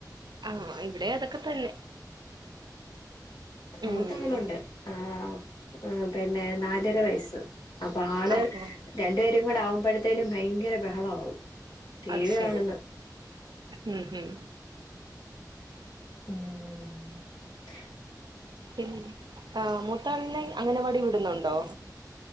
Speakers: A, on the right (about 85°); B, on the left (about 75°).
A: ആഹ് ഇവിടെ അതൊക്കെ തന്നെ ഉം
B: മൂത്താളുണ്ട് ആ ആ പിന്നെ നാലര വയസ് അപ്പ ആള്
A: ആഹാ
B: രണ്ട് പേ കൂടാകുമ്പോഴത്തേനും ഭയങ്കര ബഹളമാവും- ടി
A: അത്
B: വി
A: ശരി
B: കാണുന്ന്
A: മ് ഹ്-
B: <inaudible>
A: പിന്നെ ആഹ് മുത്താൾന്നെ- അംഗനവാടി വിടുന്നൊണ്ടോ?